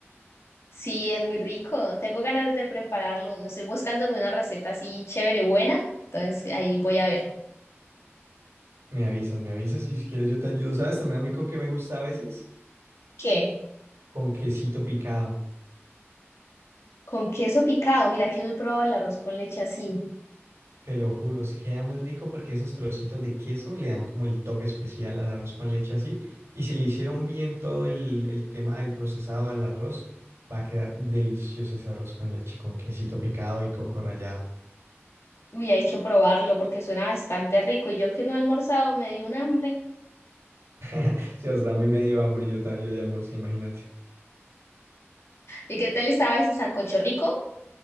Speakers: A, on the left (about 75°); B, on the right (about 75°).
A: Sí, es muy rico. Tengo ganas de prepararlo. No estoy buscándome una receta así chévere, buena. Entonces ahí voy a ver.
B: Me avisas, me avisas y si quieres yo te ayudo. ¿Sabes también a mí con qué me gusta a veces?
A: ¿Qué?
B: Con quesito picado.
A: Con queso picado. Mira que no he probado el arroz con leche así.
B: Te lo juro, sí queda muy rico porque esos trocitos de queso le dan como el toque especial al arroz con leche así. Y si le hicieron bien todo el, el tema del procesado al arroz, va a quedar delicioso ese arroz con leche con quesito picado y coco rallado.
A: Uy, hay que probarlo porque suena bastante rico. Y yo que no he almorzado me dio un hambre.
B: <laughs> Si hasta a mí me dio hambre, y yo, ta- yo ya almorcé, imagínate.
A: ¿Y qué tal estaba ese sancocho rico?